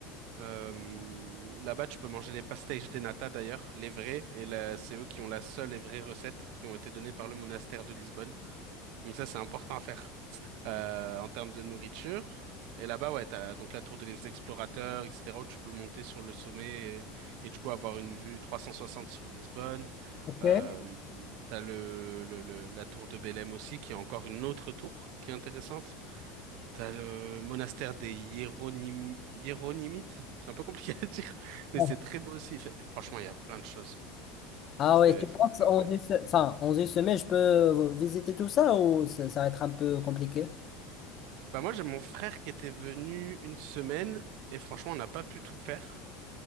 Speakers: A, on the right (about 55°); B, on the left (about 30°).
A: Euh, là-bas, tu peux manger les pastéis de nata d'ailleurs, les vrais, et la- c'est eux qui ont la seule et vraie recette qui ont été donnée par le monastère de Lisbonne. Donc ça, c'est important à faire euh, en termes de nourriture. Et là-bas, ouais, t'as donc la tour des explorateurs, etc., où tu peux monter sur le sommet et, et du coup avoir une vue 360 sur Lisbonne.
B: ok.
A: Euh, t'as le, le, le- la tour de Belém aussi, qui est encore une autre tour qui est intéressante. T'as le monastère des Hiéronym- Hiéronymites. C'est un peu compliqué <laughs> à dire, mais
B: Ah
A: c'est très beau aussi. Fait- Franchement, il y a plein de choses.
B: ah
A: C'est
B: ouais, tu penses
A: c'est
B: en
A: incroyable.
B: une se- enfin, en une semaine, je peux visiter tout ça ou ça ça va être un peu compliqué?
A: Bah moi j'ai mon frère qui était venu une semaine et franchement on n'a pas pu tout faire.